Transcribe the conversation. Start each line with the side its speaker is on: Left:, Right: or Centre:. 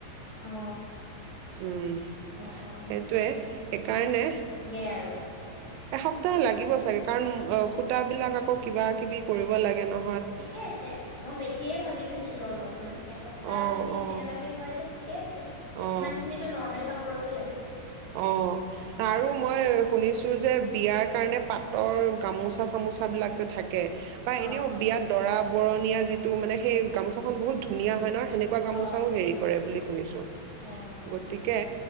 Left: অ
Right: উম
Left: অ অ
Right: সেইটোৱে সেইকাৰণে
Left: এৰো
Right: এসপ্তাহ লাগিব চাগে কাৰণ অ সূতাবিলাক আকৌ কিবা কিবি কৰিব লাগে ন
Left: ঠিকেই আছে মই বেছিয়েই ভাবি থৈছিলো অলপমান এসপ্তাহ
Right: অ
Left: যদি
Right: অ
Left: কেনেবাকে হয় এতিয়া ঠিকেই আছে
Right: অ
Left: ইমানখিনিত নৰমেল কাপোৰত লাগে
Right: অ
Left: অ',
Right: আৰু
Left: অ', অ',
Right: মই শুনিছো যে বিয়াৰ কাৰণে পাত তৰ গামোচা চামোচা বিলাক যে থাকে কে বা
Left: অ',
Right: এনেও বিয়াত দৰা বৰণীয়া যিটো মানে সেই গামোচা খন বহুত ধুনীয়া হয় ন সেনেকুৱা গামোচাও
Left: অ'।
Right: হেৰি কৰে বুলি শুনিছো
Left: অ',
Right: গতিকে